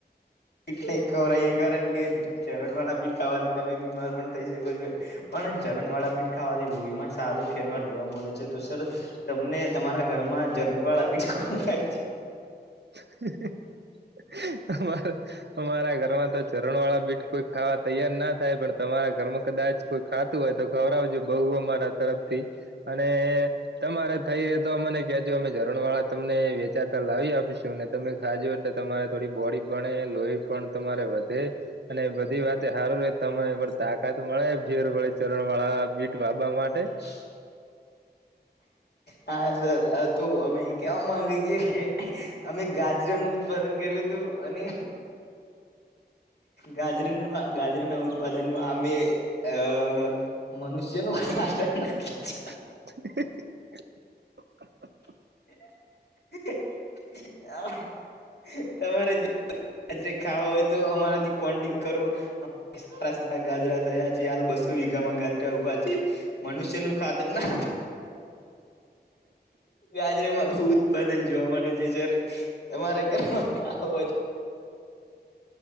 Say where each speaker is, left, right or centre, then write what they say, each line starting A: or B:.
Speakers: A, on the left; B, on the right.
A: <unintelligible> રણ વાળા બીટ ખાવાથી તમે બીમાર પણ થઈ શકો છો. પણ ઝરણવાળા બીટ ખાવાથી લોહીમાં સારો ફેરફાર જોવા મળે છે તો સરસ તમને તમારા ઘરમાં ઝરણ વાળા બીજ કોણ ખાય છે
B: <unintelligible> અમારા ઘરમાં તો ચરણ વાળા બીટ કોઈ ખાવા તૈયાર ના થાય પણ તમારા ઘરમાં કદાચ કોઈ ખાતું હોય તો ખવરાવજો બહુઓ મારા તરફથી અને તમારે થઈ રે તો મને કેજો અમે ઝરણ વાળા તમને વેચાતા લાવી આપીશું. શું ને તમે ખાજો એટલે તમારે થોડી બોડી ભણે લોહી પણ તમારે વધે. અને બધી વાત સારું રે તમને પણ તાકાત મળે ભેર વાડી ચરણ વાળા પીટ બાબા માટે.
A: <inaudible> હા સર તો અમે કેવા માંગી છીએ કે અમે ગાજરનું ઉપાદન કર્યું હતું અને ગાજરમાં ગાજરના ઉત્પાદનમાં અમે અ મનુષ્યનું ક આચર નાખે છે.
B: <inaudible>
A: <inaudible> આજરે ખાવા હોય તો, અમારાથી કોડી કરો. સારા સારા ગાજરા થયા છે, હાલ બસો વીઘામાં ગાજરા ઉભા છે. મનુષ્ય નું ખાતર ના. ગાજરમાં બહ ઉત્પાદન જોવા મળે છે, સર <inaudible>